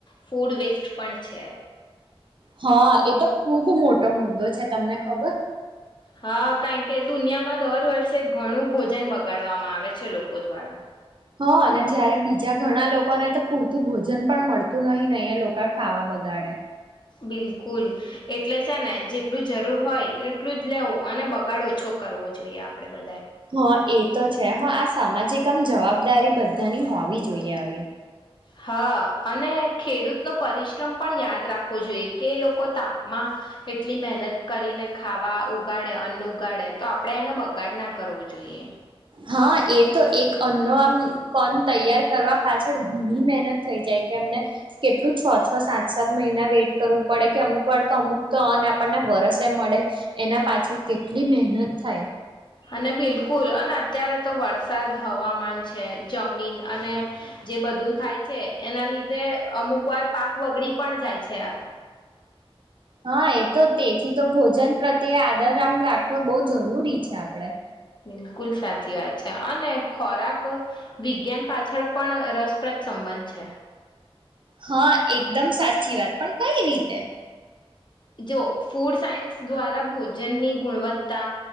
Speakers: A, on the left; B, on the right.
A: ફૂડ વેસ્ટ પણ છે.
B: હા એ તો ખુબ મોટો મુદ્દો છે તમને ખબર?
A: હા કારણ કે દુનિયામાં દર વર્ષે ઘણું ભોજન બગાડવામાં આવે છે લોકો દ્વારા.
B: હ અને જયારે બીજા ઘણા લોકોને તો પૂરતું ભોજન પણ મળતું નહી અહીંયા લોકો ખાવા બગાડે.
A: બિલકુલ એટલે છે ને જેટલું જરૂર હોય એટલું જ લેવું અને બગાડ ઓછો કરવો જોઈએ આપડણે બ
B: હા એ તો છે હ આ સામાજિક કમ જવાબદારી બધાની હોવી જોઈએ આવી.
A: હા અને ખેડૂતનો પરિશ્રમ પણ યાદ રાખવો જોઈએ કે લોકો તાપમાં એટલી મહેનત કરીને ખાવા ઉગાડે અન્ન ઉગાડે તો આપણેે એનો બગાડ ના કરવો જોઈએ.
B: હા એ તો એક અન્નો આમ કન તૈયાર કરવા પાછળ ઘણી મહેનત થઈ જાય કે એમને કેટલું છ-છ સાત-સાત મહિના વેઇટ કરવું પડે કે અમુક વાર તો અમુક તો અન્ન આપણને વરસે મળે એના પાછળ કેટલી મહેનત થાય.
A: અને બિલકુલ અને અત્યારે તો વરસાદ હવામાન છે જમીન અને જે બધું થાય છે એના લીધે અમુક વાર પાક બગડી પણ જાય છે. <inaudible>
B: હા એ તો તેથી તો ભોજન પ્રત્યે આદર આમ રાખવો બહુ જરૂરી છે આપડે.
A: બિલકુલ સાચી વાત છે અને ખોરાક વિજ્ઞાન પાછળ પણ રસપ્રદ સંબંધ છે.
B: હા એકદમ સાચી વાત પણ કઈ રીતે?
A: જો ફૂડ સાયન્સ દ્વારા ભોજનની ગુણવત્તા,